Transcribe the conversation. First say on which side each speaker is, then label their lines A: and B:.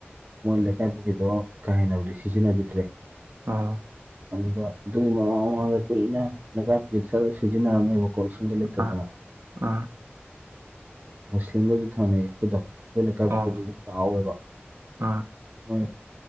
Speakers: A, on the right (about 40°); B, on the right (about 80°).
A: ꯃꯣꯏ ꯂꯩꯀꯥꯏ ꯄꯨꯒꯤꯗꯣ ꯀꯥ ꯍꯦꯟꯅꯕꯨꯗꯤ ꯁꯤꯖꯤꯟꯅꯈꯤꯗ꯭ꯔꯦ
B: ꯑꯥ
A: ꯑꯗꯨꯒ ꯑꯗꯨꯒꯤ ꯃꯃꯥꯡ ꯃꯃꯥꯡꯗ ꯀꯨꯏꯅ ꯅꯒꯥ ꯀ ꯆꯠꯂ ꯁꯤꯖꯤꯟꯅꯔꯝꯃꯦꯕꯀꯣ ꯀꯣꯔꯁꯤꯡꯁꯤꯡꯗ ꯂꯩꯇꯔꯗꯅ
B: ꯑꯥ ꯑꯥ
A: ꯃꯨꯁꯂꯤꯝꯕꯨꯁꯨ ꯊꯥꯡꯩ ꯍꯣꯏꯗ ꯑꯩꯈꯣꯏ ꯂꯩꯀꯥꯏ
B: ꯑꯣ
A: ꯄꯕꯗꯁꯨ ꯇꯥꯎꯋꯦꯕ
B: ꯑꯥ
A: ꯍꯣꯏ